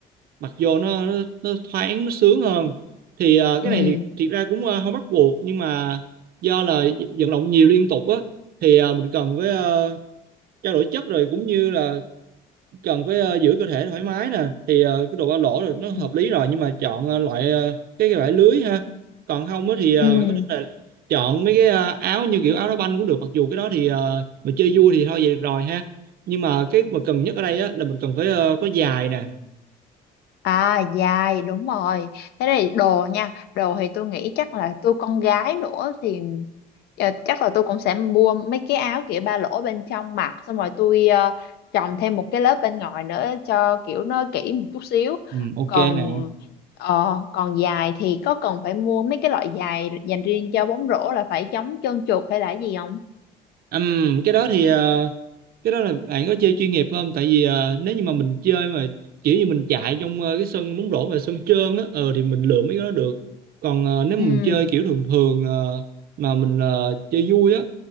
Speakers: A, on the right; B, on the left.
A: mặc vô nó nó, nó thoáng nó sướng hơn. Thì ờ, cái
B: ừ
A: này thì thiệt ra cũng ờ, không bắt buộc nhưng mà do là vận động nhiều liên tục á thì ờ, mình cần với ờ, trao đổi chất rồi cũng như là cần phải ờ, giữ cơ thể thoải mái nè thì ờ, cái đồ ba lỗ rồi
B: ừ
A: nó hợp lý rồi nhưng mà chọn ờ, loại ờ, cái cái vải lưới ha còn không á thì ờ,
B: ừ
A: bạn có thể là chọn mấy cái ờ, áo như kiểu áo đá banh cũng được mặc dù cái đó thì ờ, mình chơi vui thì thôi vậy được rồi ha nhưng mà cái mà cần nhất ở đây á là mình cần phải ờ, có dài nè
B: à dài đúng rồi thế này đồ nha đồ thì tôi nghĩ chắc là tôi con gái nữa thì ờ, chắc là tôi cũng sẽ mua mấy cái áo kiểu ba lỗ bên trong mặc xong rồi tôi ờ, chồng thêm một cái lớp bên ngoài nữa cho kiểu nó kỹ một chút xíu
A: ừ, ok
B: còn
A: nè
B: ờ, còn dài thì có cần phải mua mấy cái loại dài dành riêng cho bóng rổ là phải chống trơn trượt hay là gì không
A: Ừm, cái đó thì ờ, cái đó là bạn có chơi chuyên nghiệp không tại vì à, nếu như mà mình chơi mà kiểu như mình chạy trong ờ, cái sân bóng rổ mà sân trơn á ờ thì mình lượm mấy cái đó được
B: ừ
A: còn ờ, nếu
B: ừ
A: mà mình chơi kiểu thường thường ờ, mà mình ờ, chơi vui á